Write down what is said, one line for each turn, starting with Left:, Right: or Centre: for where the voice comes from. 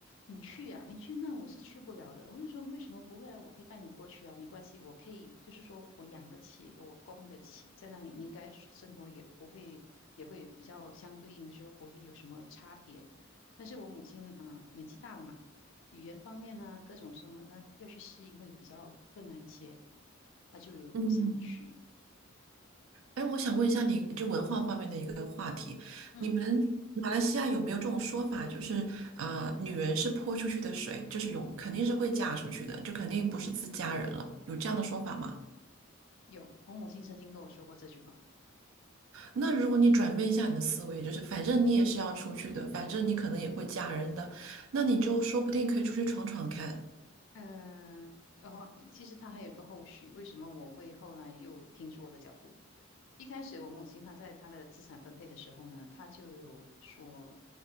Left: 你去呀、你去那我是去不了的。我就说为什么不会啊？我可以带你过去啊，没关系，我可以，就是说我养得起，我供得起，在那里你应该是生活也不会，也会比较相对应的，就是说不会有什么差别。但是我母亲啊、年纪大了嘛。语言方面啊，各种什么他要去适应会比较困难一些，他就不想去。
Right: 嗯，哎，我想问一下你，就文化方面的一个话题，
Left: 嗯，
Right: 你们马来西亚有没有这种说法，就是啊，女人是泼出去的水，就是永肯定是会嫁出去的，就肯定不是自家人了，有这样的说法吗？
Left: 有，我母亲曾经跟我说过这句话。
Right: 那如果你转变一下你的思维，就是反正你也是要出去的，反正你可能也会嫁人的，那你就说不定可以出去闯闯看。
Left: 嗯、然后其实他还有个后续，为什么我会后来又停住我的脚步？一开始我母亲她在她的资产分配的时候呢，她就有说，